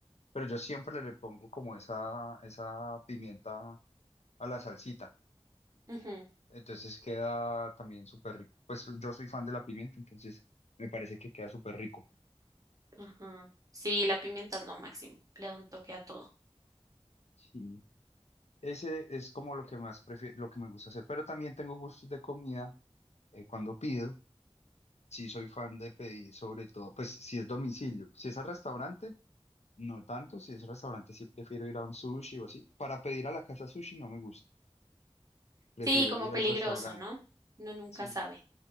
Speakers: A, on the left; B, on the right.
A: pero yo siempre le, le pongo como esa, esa pimienta a la salsita.
B: Ujú,
A: Entonces queda también súper rico. Pues yo soy fan de la pimienta, entonces me parece que queda súper rico.
B: ajá. Sí, la pimienta es lo máximo. Le da un toque a todo.
A: Sí. Ese es como lo que más prefiero, lo que me gusta hacer. Pero también tengo gustos de comida eh, cuando pido. Sí, soy fan de pedir, sobre todo, pues si es domicilio. Si es al restaurante, no tanto. Si es restaurante, sí prefiero ir a un sushi o así. Para pedir a la casa sushi no me gusta. Prefiero
B: Sí, como
A: ir
B: peligroso,
A: al restaurante.
B: ¿no? Uno nunca
A: Sí.
B: sabe.